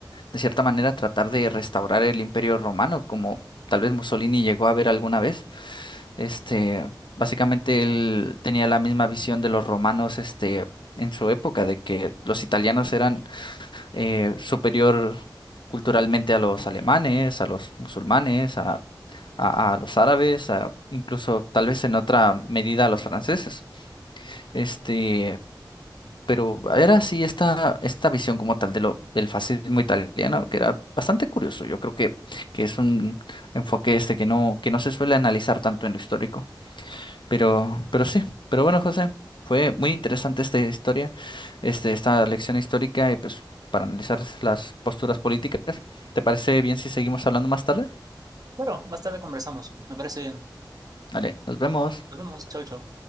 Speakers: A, on the left (about 80°); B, on the right (about 50°).
A: de cierta manera, tratar de restaurar el imperio romano, como tal vez Mussolini llegó a ver alguna vez. Este, básicamente él tenía la misma visión de los romanos, este, en su época, de que los italianos eran eh, superior culturalmente a los alemanes, a los musulmanes, a, a- a los árabes, a- incluso tal vez en otra medida a los franceses. Este, pero era así esta, esta visión como tal de lo, del fascismo italiano, que era bastante curioso. Yo creo que, que es un enfoque este que no, que no se suele analizar tanto en lo histórico. Pero, pero sí, pero bueno, José, fue muy interesante esta historia, este, esta lección histórica y pues para analizar las posturas políticas. ¿Te parece bien si seguimos hablando más tarde?
B: Claro, más tarde conversamos. Me parece bien.
A: Vale, nos vemos.
B: Nos vemos. Chau, chau.